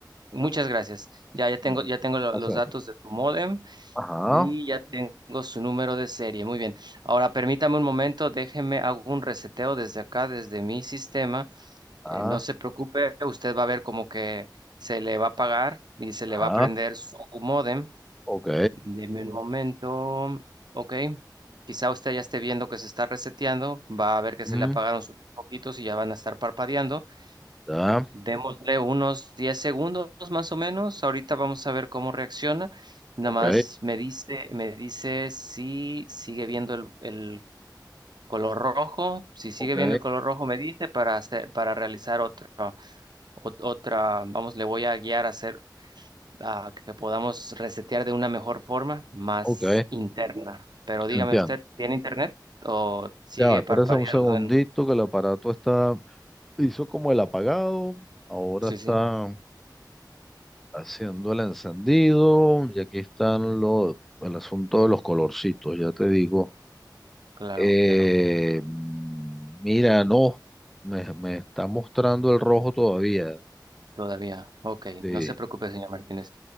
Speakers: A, on the right (about 65°); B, in the centre.
A: Muchas
B: Ah,
A: gracias. Ya, ya tengo,
B: no,
A: ya tengo lo-
B: así
A: los
B: aquí.
A: datos de tu modem
B: Ajá,
A: y ya tengo su número de serie. Muy bien. Ahora permítame un momento, déjeme hago un reseteo desde acá, desde mi sistema
B: ah,
A: Eh, no se preocupe, usted va a ver como que se le va a pagar y se le
B: ajá,
A: va a prender su módem.
B: ok.
A: Deme un momento. Ok. Quizá usted ya esté viendo que se está reseteando. Va a ver que
B: mm,
A: se le apagaron sus poquitos y ya van a estar parpadeando.
B: ya.
A: Démosle unos 10 segundos más o menos. Ahorita vamos a ver cómo reacciona. Nada
B: Ok,
A: más me dice, me dice si sigue viendo el, el color rojo. Si sigue
B: ok,
A: viendo el color rojo, me dice para hacer, para realizar otro ot- otra, vamos, le voy a guiar a hacer a que podamos resetear de una mejor forma, más
B: ok,
A: interna. Pero dígame
B: entiendo.
A: usted, ¿tiene internet o sigue
B: Ya va, espérense
A: parpadeando
B: un segundito
A: en...
B: que el aparato está, hizo como el apagado, ahora
A: Sí,
B: está
A: sí,
B: haciendo el encendido y aquí están los, el asunto de los colorcitos, ya te digo.
A: claro,
B: Eh,
A: claro,
B: mira, no, me, me está mostrando el rojo todavía.
A: todavía. Ok,
B: Sí,
A: no se preocupe, señor Martínez.